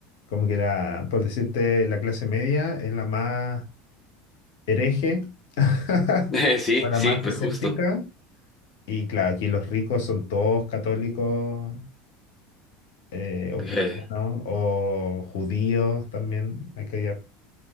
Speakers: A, on the left; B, on the left.
A: Como que la, por decirte, la clase media es la más hereje <laughs>
B: Eh, sí,
A: o la
B: sí,
A: más
B: pues
A: escéptica.
B: justo.
A: Y claro, aquí los ricos son todos católicos eh, o
B: Eh,
A: cristianos o judíos también, hay que hallar.